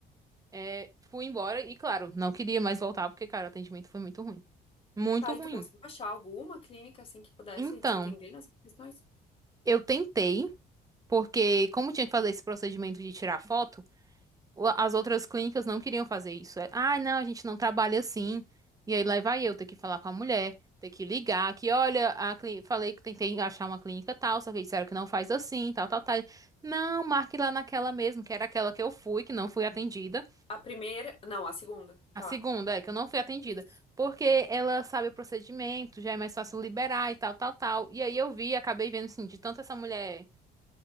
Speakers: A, on the right; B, on the left.
A: é, fui embora e, claro, não queria mais voltar, porque, cara, o atendimento foi muito ruim. Muito
B: Tá, aí
A: ruim.
B: tu conseguiu achar alguma clínica assim que pudesse
A: Então,
B: te atender nessas questões?
A: eu tentei, porque como tinha que fazer esse procedimento de tirar foto, o- As outras clínicas não queriam fazer isso. É, Ah, não, a gente não trabalha assim. E aí lá vai eu ter que falar com a mulher, ter que ligar, que olha, a cli- falei que tentei achar uma clínica tal, só que disseram que não faz assim, tal, tal, tal. Não, marque lá naquela mesmo, que era aquela que eu fui, que não fui atendida.
B: A primeira, não, a segunda,
A: A
B: tá.
A: segunda é que eu não fui atendida,
B: Isso.
A: porque ela sabe o procedimento, já é mais fácil liberar e tal, tal, tal. E aí eu vi, acabei vendo assim, de tanto essa mulher